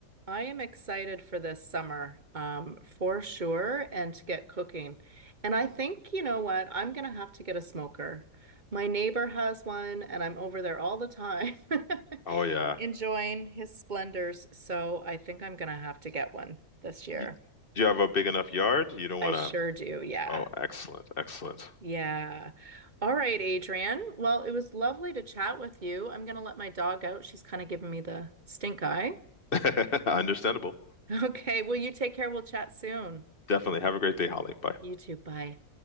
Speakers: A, on the right; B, on the left.
A: I am excited for this summer, um, for sure, and to get cooking. And I think, you know what, I'm gonna have to get a smoker. My neighbor has one, and I'm over there all the time, <laughs>
B: Oh yeah.
A: enjoying his splendors. So I think I'm gonna have to get one this year.
B: Y- Do you have a big enough yard? You don't
A: I
B: want
A: sure
B: to.
A: do. Yeah.
B: Oh, excellent, excellent.
A: Yeah. All right, Adrian. Well, it was lovely to chat with you. I'm gonna let my dog out. She's kind of giving me the stink eye. <laughs>
B: <laughs> Understandable.
A: Okay. Well, you take care. We'll chat soon.
B: Definitely. Have a great day, Holly. Bye.
A: You too. Bye.